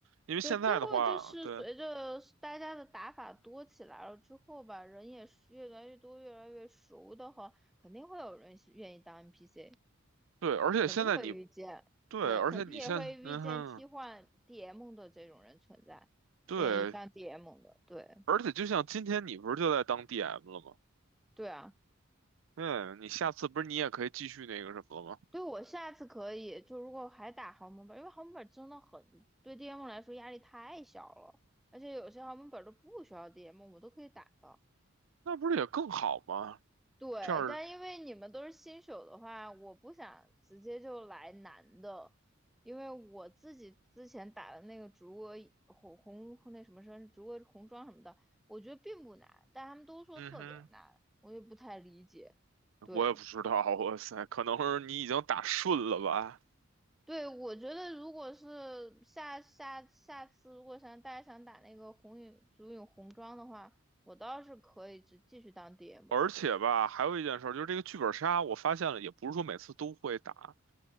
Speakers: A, on the right; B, in the centre.
A: 因为现在的话，
B: 对，最后就是随着大家的打法多起来了之后吧，
A: 对
B: 人也是越来越多、越来越熟的话，肯定会有人是愿意当 NPC，
A: 对，而且现在你
B: 肯定会遇见，
A: 对，
B: 对，
A: 而且你现嗯哼，
B: 肯定也会遇见替换 DM 的这种人存在，
A: 对，
B: 愿意当 DM 的，对，
A: 而且就像今天你不是就在当 DM 了吗？
B: 对啊，
A: 对，你下次不是你也可以继续那个什么了吗？
B: 对我下次可以，就如果还打豪门本，因为豪门本真的很，对 DM 来说压力太小了，而且有些豪门本都不需要 DM，我都可以打的。
A: 那不是也更好吗？
B: 对，
A: 这样，
B: 但因为你们都是新手的话，我不想直接就来难的，因为我自己之前打的那个竹鹅红红红那什么什么竹鹅红装什么的，我觉得并不难，但他们都说特别难，
A: 嗯哼，
B: 我也不太理解。对，
A: 我也不知道，哇塞，可能是你已经打顺了吧。
B: 对，我觉得如果是下下下次如果想大家想打那个红影竹影红装的话，我倒是可以只继续当 DM。
A: 而且吧，还有一件事儿，就是这个剧本杀，我发现了，也不是说每次都会打，